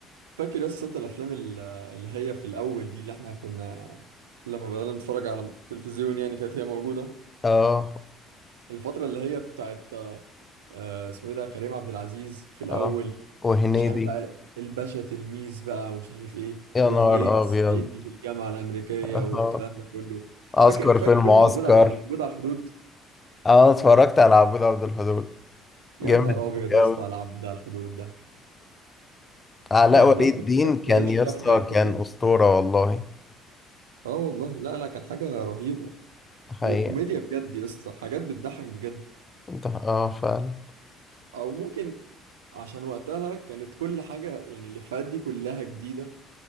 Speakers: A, on the right; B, on the left.
A: فاكر بس انت الافلام ال- اللي هي في الاول دي اللي احنا كنا لما بدأنا نتفرج على التلفزيون يعني كانت هي موجودة
B: اه
A: الفترة اللي هي بتاعت آه، آه، اسمه ايه ده كريم عبد العزيز في الاول
B: اه وهنيدي
A: مش عارف بقى الباشا تلميذ بقى ومش عارف ايه
B: يا
A: وهنيدي
B: نهار
A: الصعيدي
B: ابيض
A: في الجامعة الأمريكية
B: اه
A: والكلام ده كله
B: عسكر
A: فاكر فاكر
B: في المعسكر
A: فيلم عبود عبد عبود على الحدود
B: اه اتفرجت على عبود عبد الحدود
A: يا
B: جامد
A: نهار ابيض
B: أوي
A: يا
B: أوي.
A: اسطى على العب ده على الحدود ده
B: علاء
A: ده من
B: ولي
A: اكتر
B: الدين
A: الحاجات
B: كان
A: اللي شفتها
B: يا اسطى
A: في حياتي تقريبا
B: كان اسطورة والله
A: اه والله لا لا كان حاجه رهيبه
B: حقيقة
A: وكوميديا بجد يا اسطى حاجات بتضحك بجد
B: اه فعلا
A: او ممكن عشان وقتها كانت كل حاجه يعني الافيهات دي كلها جديده